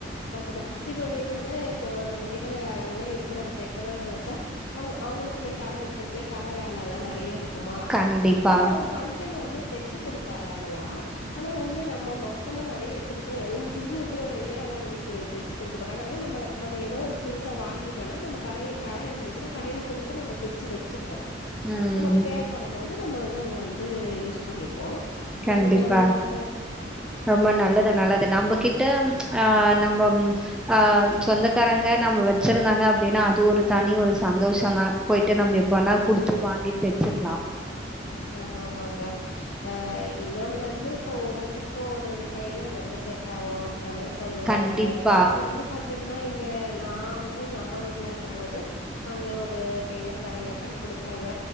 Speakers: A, on the left; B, in the centre.
A: மட்டு்தான் இப்போ என்னென்னா இப்போ நம்ம கிட்ட வேற எதனா இருக்கு நம்ம தைக்கணும்னு நினைச்சா அவங்க அவங்களுக்குமே கடை வச்சிருக்குவேன் கடை வேலை எல்லாம் நிறைய இருக்குமா
B: கண்டிப்பா
A: ஆனா ஒரு பங்க்ஷன் வரும் போது தச்சு குடுப்பாரு அதெல்லாம் ஆனா வந்து நம்ம மொத் த்தமா நறைய வச்சுரு ப்போ எல்லாத்தையு தோ ரெடியா நம்மளுக்கு தெச்சு குடுக்க மாட்டாங்க ஆனா நம்ம நம்ம ஏதோ ஒண்ணு புதுசா வாங்கிட்டோன்னா நம்ம கடை கட இருந்துச்சுன்னா கடையில குடுத்து நம்ம தெச்சு வச்சுப்போ
B: ம்
A: நமக்கு தேவப்படம் மோ து நம்ம வந்து அத வந்து யூஸ் பண்ணிப் போ
B: கண்டிப்பா
A: அந்த மாரி தாங்க
B: ரொம்ப நல்லது நல்லது நம்பகிட்ட ஆ நம்பம் ஆ சொந்தக்காரங்க நம்ம வச்சிருந்தாங்க அப்டின்னா அது ஒரு தனி ஒரு சந்தோஷந்தா போயிட்டு நம்ப எப்ப வேணா குடுத்து வாங்கி தெச்சுக்லா
A: ஆமா ஆமாங்க ஆ இன்னொன்னு வந்து இப்ப ஒரு ஒருத்தருக்கு ஒரு டெய்லர் வந்து செட் ஆவு ன்ற மாரி சொல்லுவாங்கங்க
B: கண்டிப்பா
A: எனக்கு வந்து பாத்தீங்கனா இங்க நா வந்து எங்க அம்மா வீட்ல இருக்கம் மோது அங்க ஒரு டெய்லர் கடையில தா குடுப்பங்க